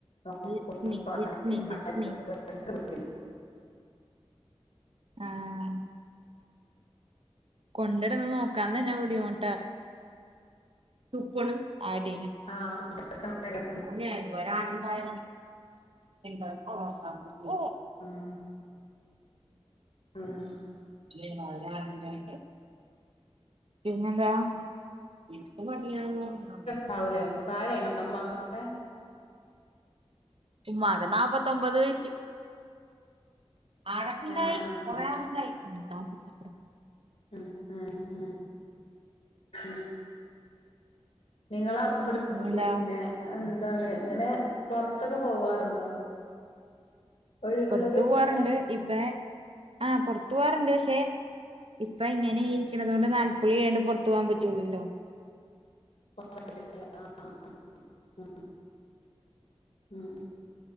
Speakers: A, on the left; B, on the right.
A: നോക്കണ
B: ബിസ്മി ബിസ്മി
A: <inaudible>
B: ബിസ്മി
A: ക <inaudible>
B: ആഹ് കൊണ്ടടന്ന് നോക്കാൻ തന്നെ ബുദ്ധിമുട്ട തപ്പണ് ആടിനെ.
A: ആഹ് <inaudible>
B: പിന്നെ ഒരാളുണ്ടായാല <unintelligible>
A: ആഹ് ആഹ്
B: <unintelligible> പിന്നെന്താ? എന്ക്ക് മടിയാണ് ന്ന് പറഞ്ഞാ മതി.
A: ണ്ടാവു ലെ പ്രായായിണോ ഇമ്മാക്കൊക്കെ?
B: ഉമ്മാക്ക് നാപ്പത്തൊമ്പത് വയസ്. <unintelligible>
A: ആഹ് ആഹ് ഏഹ് ഏഹ് ഏഹ് നിങ്ങളെ ഇവിടെ
B: പിന്നെന്താ
A: പിന്നെ എന്താണ് ഇങ്ങനെ പൊറത്തൊക്കെ പോവാറുണ്ടോ? ഒഴിവുള്ള
B: പൊറത്തു
A: ദിവസൊക്കെ
B: പോവാറുണ്ട് ഇപൊ ആഹ് പൊറത്തു പോവാറുണ്ട് പക്ഷെ. ഇപ്പൊ ഇങ്ങനെ ഇരിക്കണത് കൊണ്ട് നാൽപ്പകുളി കയ്യാണ്ട് പൊറത്ത് പോവാൻ പറ്റൂല്ലല്ലോ?
A: <unintelligible> ഉം